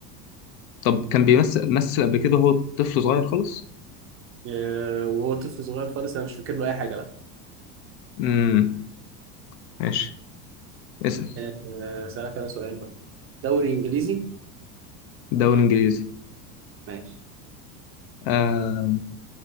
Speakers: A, on the left; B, on the right.
A: طب كان بيمثل مثل قبل كده هو طفل صغير خالص
B: آه، وهو طفل صغير خالص انا مش فاكر له اي حاجه لا
A: امم ماشي اسأل
B: آه، اسالك انا سؤال بقى دوري انجليزي
A: دوري انجليزي
B: ماشي
A: آم،